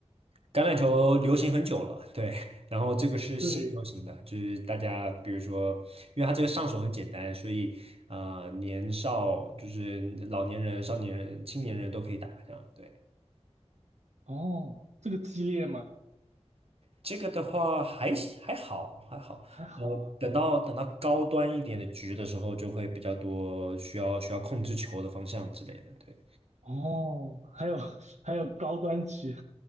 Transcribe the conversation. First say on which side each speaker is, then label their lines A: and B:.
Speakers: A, on the right; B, on the right.
A: 橄榄球流行很久了，对，然后这个是新流行的，
B: 对，
A: 就是大家比如说，因为它这个上手很简单，所以呃，年少就是老年人、少年人、青年人都可以打，这样对。
B: 哦，这个激烈吗？
A: 这个的话还还好还好，
B: 还好
A: 呃，等到等到高端一点的局的时候，就会比较多需要需要控制球的方向之类的，对。
B: 哦，还有 <laughs> 还有高端局，